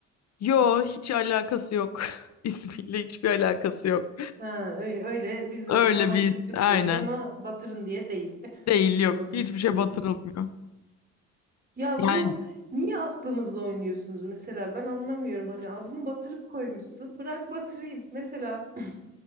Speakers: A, on the left (about 60°); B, on the right (about 30°).
A: Yo hiç alakası yok. <laughs> İsmiyle hiçbir alakası yok.
B: Ha, öyle öyle biz
A: Öyle
B: ona batırık
A: bir is- aynen.
B: diyoruz ama batırın diye değil.
A: Değil
B: <laughs> Anladım,
A: yok. Hiçbir
B: anladım.
A: şey batırılmıyor.
B: Ya
A: Yani
B: bu niye aklımızla oynuyorsunuz mesela ben anlamıyorum. Hani adını batırık koymuşsun. Bırak batırayım. Mesela